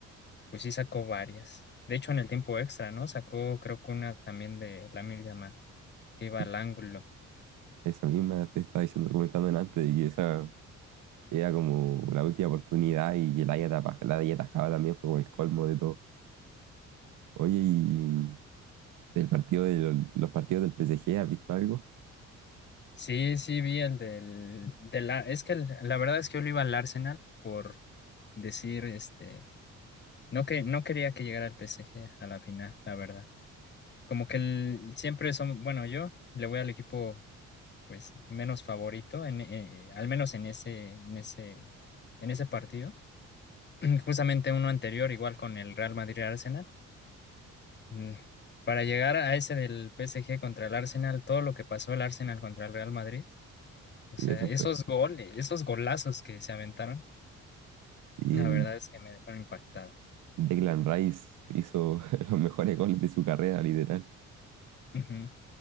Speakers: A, on the left; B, on the right.
A: pues sí sacó varias. De hecho en el tiempo extra, ¿no? Sacó creo que una también de Lamine Yamal que iba
B: <laughs>
A: al ángulo.
B: Esa misma te estaba diciendo, comentando antes, de que esa era como la última oportunidad y que la haya atajado, la haya atajado también fue como el colmo de todo. Oye, y del partido de los, los partidos del PSG, ¿has visto algo?
A: Sí, sí, vi el del, del Ar- es que el- la verdad es que yo le iba al Arsenal por decir, este, no que no quería que llegara el PSG a la final, la verdad. Como que el- siempre son, bueno, yo le voy al equipo pues menos favorito en eh, eh, al menos en ese en ese en ese partido. <clears throat> Justamente uno anterior igual con el Real Madrid y Arsenal. Mm, Para llegar a ese del PSG contra el Arsenal, todo lo que pasó el Arsenal contra el Real Madrid O
B: Y
A: sea,
B: eso
A: esos
B: fue.
A: goles, esos golazos que se aventaron,
B: Y
A: la
B: el
A: verdad es que me dejaron impactado.
B: Declan Rice hizo <laughs> los mejores goles de su carrera, literal.
A: Ujú,